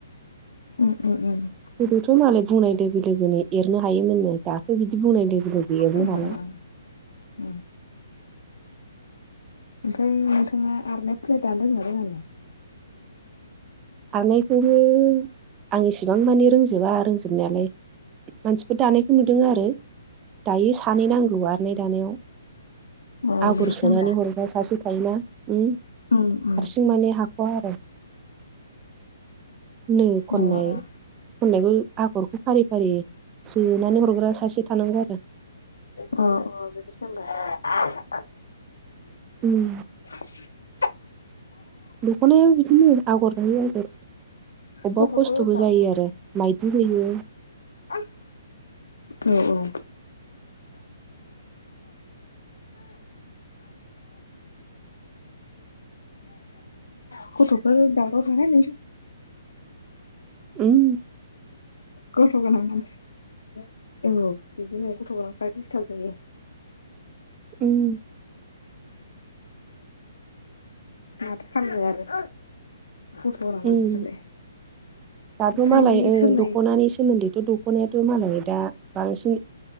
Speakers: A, on the left; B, on the right.
A: उम उम उम
B: गोदोथ' मालाय बुंनाय लोगो लोगोनो एरनो हायोमोननो दाथ' बिदि बुंनाय लोगो लोगो एरनो
A: उम
B: हाला।
A: उम उम ओमफ्राय नोंथाङा आरनाय फालि दानो रोङो ना रोङा?
B: आरनायखौबो आं इसेबां मानि रोंजोबा रोंजोब जोबनायालाय मानसिफोर दानायखौ नुदों आरो दायो सानै नांगौ आरनाय दानायाव
A: अ
B: आगर
A: बिदिसो
B: सोनानै
A: होमबा
B: हरग्रा सासे थायोना हारसिं
A: उम उम
B: माने हाख'वा आरो नो खननाय
A: अ
B: खननायखौ आगरखौ फारि फारि सोनानै हरग्रा सासे थानांगौ आरो
A: अ औ बिदिस होनबा
B: उम
A: <unintelligible>
B: दख'नायाबो बिदिनो आगर लायै आगर बाव
A: गथ'फोर
B: खस्थ'बो
A: दाव
B: जायो
A: औ
B: आरो माइदि होयो।
A: औ औ <unintelligible>
B: उम
A: गथ' गोनां मानसि औ बिदिनो गथ' गोनांफ्रा डिस्टार्ब जायो
B: उम
A: माथो खालामनो आरो फट'ग्राफ मानसिफ्रालाय
B: उम दाथ'मालाय
A: ओमफ्राय
B: ओ
A: सोंनाय
B: दख'नानि सोमोन्दैथ' दु दख'नायाथ' मालाय दा बांसिन